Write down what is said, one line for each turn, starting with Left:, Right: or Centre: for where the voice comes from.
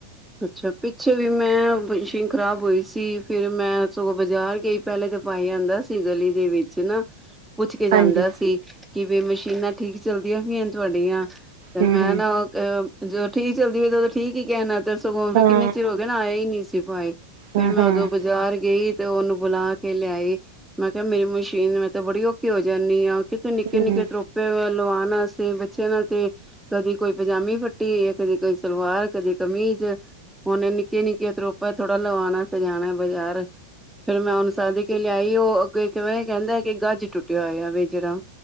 Centre: ਅੱਛਾ ਪਿੱਛੇ ਵੀ ਮੈਂਸ਼ ਖ਼ਰਾਬ ਹੋਈ ਸੀ ਫਿਰ ਮੈਂ ਸਗੋਂ ਬਾਜ਼ਾਰ ਗਈ ਪਹਿਲੇ ਤਾਂ ਪਾਈ ਆਂਦਾ ਸੀ ਗਲੀ ਦੇ ਵਿੱਚ ਨਾ ਪੁੱਛ ਕੇ ਜਾਂਦਾ
Right: ਹਾਂਜੀ
Centre: ਸੀ ਕਿ ਵੀ ਮਸ਼ੀਨਾਂ ਠੀਕ ਚੱਲਦੀਆਂ ਵੀਈਆਂ ਤੁਹਾਡੀਆਂ ਤੇ
Right: ਹੂੰ
Centre: ਮੈਂ
Right: ਹੂੰ
Centre: ਨਾ ਜਦ ਠੀਕ ਚਦੀ ਤਾਂ ਉਦੋਂ ਠੀਕ ਹੀ ਕਹਿਣਾ ਰਗਮ
Right: ਹਾਂ
Centre: ਕਿੰਨੇ ਚਿਰ ਹੋਏ ਨਾ ਆਏ ਹੀ ਨਹੀਂ ਸੀ ਪਾਏ <unintelligible>
Right: ਹਾਂ
Centre: ਫਿਰ ਮੈਂ
Right: ਹਾਂ
Centre: ਉਦੋਂ ਬਾਜ਼ਾਰ ਗਈ ਤੇ ਉਹਨੂੰ ਬੁਲਾ ਕੇ ਲਿਆਈ ਮੈਂ ਕਿਹਾ ਮੇਰੀ ਮਸ਼ੀਨ ਮੈਂ ਤੇ ਬੜੀ ਔਖੀ ਹੋ ਜਾਂਦੀ ਆ ਕਿਥੇ ਨਿੱਕੇ
Right: ਹੂੰ
Centre: ਨਿੱਕੇ ਤਰੋਪੇ ਲਵਾ ਹਨ ਤੇ ਬੱਚਿਆਂ ਨਾਲ ਤੇ ਕਦੀ ਕੋਈ ਪਜਾਮੇ ਫੱਟ ਟੀ ਕਦੀ ਕਈ ਸਲਵਾਰ ਕਦੀ ਕਮੀਜ਼ <unintelligible> ਹੁਨੇ ਨਿੱਕੇ ਨਿੱਕੇ ਤੋ ਥੋੜਾ ਲਵਾਉਣਾ ਸਜਾਣਾ ਬਜ਼ਾਰ ਫਿਰ ਮੈਂਨਸਾਦੀ ਕੇ ਲਿਆ ਆਈ ਉਹ ਗੇ ਤੇ ਇਹ ਕਹਿੰਦਾ ਕਿ ਗੱਜ ਟੁੱਟਿਆ ਹੋਇਆ ਵ ਜਿਹੜਾ